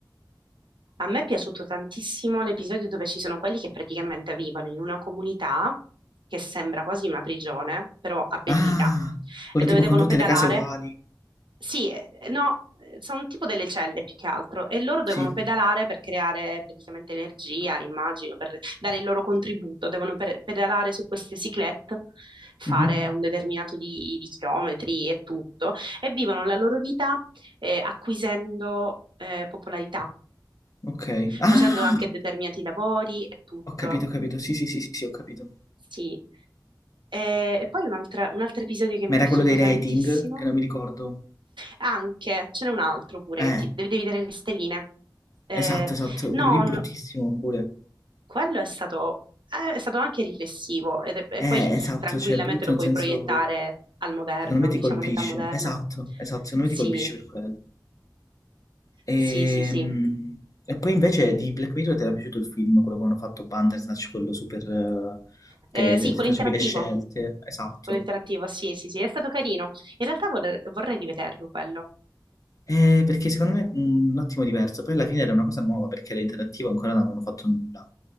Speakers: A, on the right; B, on the left.
A: A me è piaciuto tantissimo l'episodio dove ci sono quelli che praticamente vivono in una comunità che sembra quasi una prigione, però abbellita,
B: Ah, quello
A: e dove
B: tipo
A: devono
B: con tutte
A: pedalare
B: le case uguali.
A: Sì, eh, eh, no, eh, sono tipo delle celle più che altro e loro devono
B: Sì.
A: pedalare per creare praticamente energia, immagino, per dare il loro contributo. Devono per- pedalare su queste cyclette, fare
B: Mhm.
A: un determinato di, di chilometri e tutto, e vivono la loro vita eh, acquisendo eh, popolarità,
B: Ok. Ah,
A: facendo anche determinati lavori e tutto.
B: ho capito, ho capito. Sì, sì, sì, sì, sì, ho capito.
A: Sì. E, e poi un altra- un altro episodio che
B: Ma
A: mi
B: era
A: è piaciuto
B: quello dei rating,
A: tantissimo
B: che non mi ricordo.
A: Anche, ce n'è un altro pure
B: Eh,
A: che ti devi devi vedere le stelline. Eh,
B: esatto, esatto.
A: no,
B: Quello lì bruttissimo
A: no,
B: pure.
A: quello è stato, eh, è stato anche riflessivo ed è- e
B: Eh,
A: poi
B: esatto,
A: tranquillamente
B: cioè brutto
A: lo
B: nel
A: puoi
B: senso,
A: proiettare al moderno,
B: secondo me ti
A: diciamo
B: colpisce.
A: all'età moderna.
B: Esatto, esatto, secondo
A: Sì,
B: me ti colpisce per quello. Ehm,
A: sì, sì, sì.
B: E, poi invece di Black Mirror ti era piaciuto il film, quello che hanno fatto Bandersnatch, quello super...
A: Eh,
B: eh,
A: sì, quello
B: che facevi
A: interattivo,
B: le scelte. Esatto.
A: quello interattivo, sì, sì, sì, è stato carino. In realtà vorrei, vorrei rivederlo quello.
B: Eh, perché secondo me è un attimo diverso. Poi alla fine era una cosa nuova perché era interattivo, ancora non avevano fatto nulla.